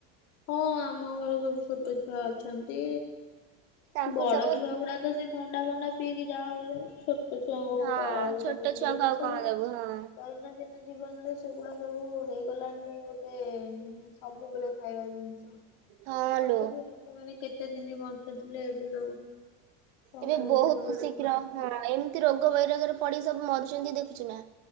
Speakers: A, on the left; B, on the right.
A: ହଁ ଆମ ଘରେ ସବୁ ଛୋଟ ଛୁଆ ଅଛନ୍ତି
B: ତାଙ୍କୁ
A: ବଡ
B: ସବୁ
A: ଛୁଆ ଗୁଡା। ତ ସେ ଥଣ୍ଡା ଫଣ୍ଡା ପିଇକି ଯାହା ହଉଛନ୍ତି ଛୋଟ
B: ହଁ ଛୁଆଙ୍କୁ
A: <inaudible> ଏବେ
B: ଆଉ
A: ସବୁ
B: କଣ ଦବୁ ହଁ
A: ଦୈନନ୍ଦିନ ଜୀବନ ରେ ସେଗୁଡା ସବୁ ହେଇଗଲାଣି ଗୋଟେ ସବୁବେଳେ ଖାଇବା ଜିନିଷ।
B: ହଁ
A: ଆଗୁରୁ
B: ଲୋ
A: ଲୋକମାନେ କେତେ ଦିନି ବଞ୍ଚୁଥିଲେ ଏବେ ସବୁ। କଣ
B: ଏବେ
A: ହଉଛି
B: ବହୁତ
A: ସବୁ ଲୋକମାନଙ୍କର।
B: ଶୀଘ୍ର ହଁ ଏମିତି ରୋଗ ବୈରୋଗ ରେ ପଡି ସବୁ ମରୁଛନ୍ତି ଦେଖଛୁ ନା।